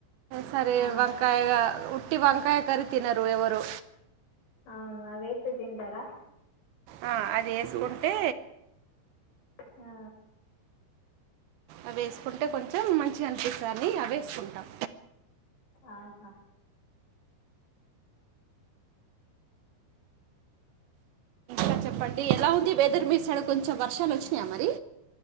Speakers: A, on the right (about 75°); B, on the left (about 65°).
A: సరే
B: ఆహా
A: వంకాయగా వట్టి వంకాయ కర్రీ తిన్నారు ఎవరు
B: అవును అవి వేస్తే తింటారా
A: ఆ అది వేసుకుంటే
B: ఆ
A: అవి వేసుకుంటే కొంచెం మంచిగా అనిపిస్థాదని అవి వేసుకుంటాం
B: ఆహా
A: ఇంకా చెప్పండి ఎలా ఉంది వెదర్ మీ సైడ్ కొంచెం వర్షాలు వచ్చినాయా మరి